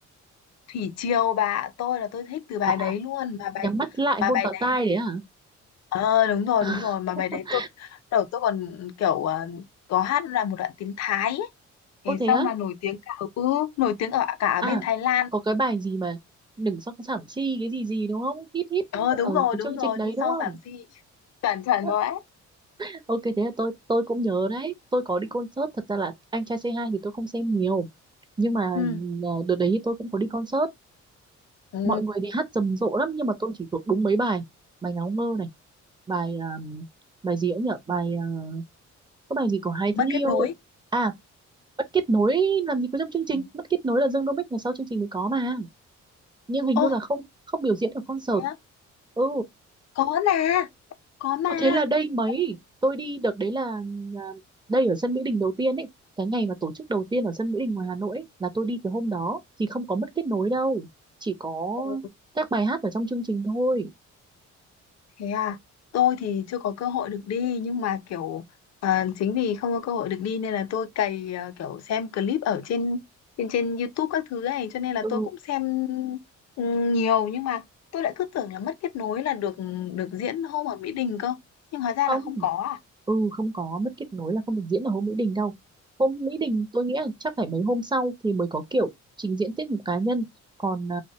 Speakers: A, on the left (about 60°); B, on the right (about 15°).
A: Thủy Triều bà, tôi là tôi thích từ bài
B: À, à,
A: đấy luôn mà bài
B: nhắm mắt lại
A: mà
B: hôn
A: bài
B: vào
A: đấy
B: tai đấy à?
A: ờ đúng rồi
B: <laughs>
A: đúng rồi mà bài đấy tôi đầu tôi còn kiểu ờ, có hát là một đoạn tiếng Thái ấy. Thì
B: Ô thế
A: xong
B: á?
A: là nổi tiếng cả ừ, nổi tiếng ở cả ở
B: À,
A: bên Thái Lan.
B: có cái bài gì mà đừng song sảm chi cái gì gì đúng không? Hit hit
A: Ờ đúng
B: ở
A: rồi
B: cái
A: đúng
B: chương
A: rồi
B: trình đấy
A: đi
B: đúng
A: sau
B: không?
A: giảm si chuẩn chuẩn
B: <laughs>
A: rồi ấy.
B: Ok thế là tôi tôi cũng nhớ đấy tôi có đi concert thật ra là anh trai c hai thì tôi không xem nhiều nhưng mà
A: Ừ.
B: ờ, đợt đấy tôi cũng có đi concert
A: Ừ.
B: mọi người đi hát rầm rộ lắm nhưng mà tôi chỉ thuộc đúng mấy bài bài ngáo ngơ này bài um, bài gì ấy nhở bài uh, có bài gì của hai thứ
A: mất
B: yêu
A: kết nối
B: à mất kết nối làm gì có trong chương trình
A: Ừ.
B: mất kết nối là Dương Đô Mích là sau chương trình mới có mà nhưng hình
A: ô
B: như là không không biểu diễn ở concert
A: thế á
B: ừ
A: có mà có mà
B: có thế là đây mấy
A: có.
B: tôi đi đợt đấy là là đây ở sân Mỹ Đình đầu tiên ấy cái ngày mà tổ chức đầu tiên ở sân Mỹ Đình ngoài Hà Nội ấy, là tôi đi cái hôm đó thì không có mất kết nối đâu chỉ có
A: Ồ,
B: các bài hát ở trong chương trình thôi
A: thế à tôi thì chưa có cơ hội được đi nhưng mà kiểu à, chính vì không có cơ hội được đi nên là tôi cày à, kiểu xem clip ở trên trên trên YouTube các thứ này cho nên là
B: ừ
A: tôi cũng xem ừ, nhiều nhưng mà tôi lại cứ tưởng là mất kết nối là được được diễn hôm ở Mỹ Đình cơ nhưng hóa ra
B: không
A: là không có à
B: ừ không có mất kết nối là không được diễn ở hôm Mỹ Đình đâu hôm Mỹ Đình tôi nghĩ là chắc phải mấy hôm sau thì mới có kiểu trình diễn tiết mục cá nhân còn à,